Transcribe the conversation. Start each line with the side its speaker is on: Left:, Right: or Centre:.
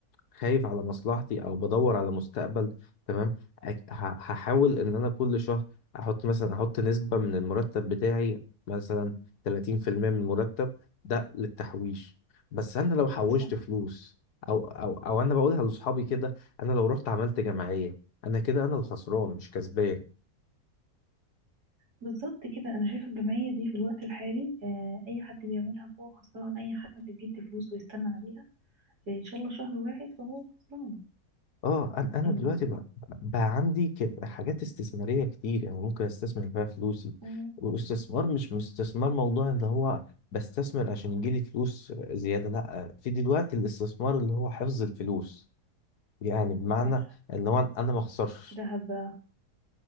Left: خايف على مصلحتي او بدور على مستقبل تمام أك- ه- هحاول ان انا كل شهر احط مثلا احط نسبة من المرتب بتاعي مثلا 30% من المرتب ده للتحويش بس انا لو حوشت
Right: صح
Left: فلوس او او او انا بقولها لاصحابي كده انا لو رحت عملت جمعية انا كده انا الخسران مش كسبان
Right: بالظبط كده انا شايفة الجمعية دي في الوقت الحالي آه اي حد بيعملها فهو خسران اي حد بيدي فلوس ويستنى عليها ان شاء الله شهر واحد فهو خسران
Left: اه انا انا
Right: أم-
Left: دلوقتي بقى, بقى عندي ك- حاجات استثماريه كتير يعني ممكن استثمر فيها فلوسي
Right: أم،
Left: واستثمار مش استثمار موضوع اللي هو بستثمر عشان يجيلي فلوس زياده لا في دلوقتي الاستثمار اللي هو حفظ الفلوس يعني بمعنى
Right: صح
Left: اللي هو انا ما اخسرش
Right: دهب بقى.